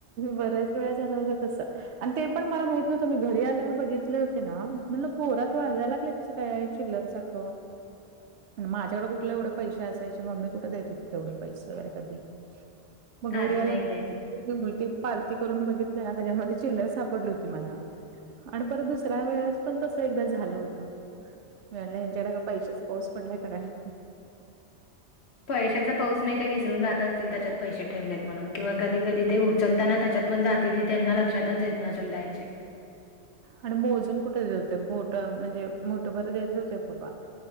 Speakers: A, on the right; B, on the left.
A: बऱ्याच वेळा झालं होतं तस. <unintelligible> आणि ते पण मला माहित नव्हतं, मी घरी आल्यावर बघितले होते ना म्हणल बोरात वाजायला लागलंय तस काय हाय, चिल्लर सारखं? <unintelligible> माझ्याकडे कुठलं एवढ पैसे असायचे, मम्मी कुठं देत होती तेवढ पैसे वगैरे कधी. मग
B: आधी
A: घरी
B: नाही
A: आला
B: द्यायची.
A: <unintelligible> उलटी पालती करून बघितल्या ना त्याच्यामध्ये चिल्लर सापडली होती मला. आणि परत दुसऱ्या वेळेस पण तसं एकदा झालं होतं. म्हणलं यांच्याकडे का पैशाच पाऊस पडलाय का काय? <unintelligible>
B: पैशाचा पाऊस नाही ते विसरून जात असतील त्याच्यात पैसे ठेवलेत म्हणून, किंवा कधी कधी ते उ चलताना त्याच्यात पण जातील हे त्यांना लक्षातच येत नसलं द्यायचे
A: आणि मोजून कुठे देत होते, मुठ म्हणजे मुठ बर देत होते बाबा.